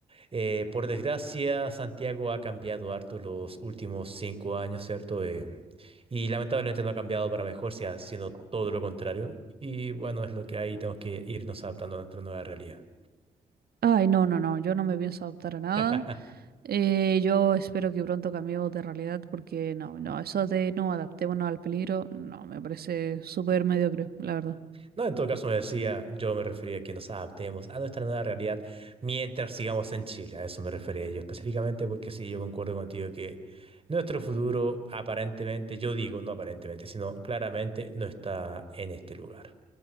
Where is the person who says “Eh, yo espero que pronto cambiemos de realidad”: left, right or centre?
Right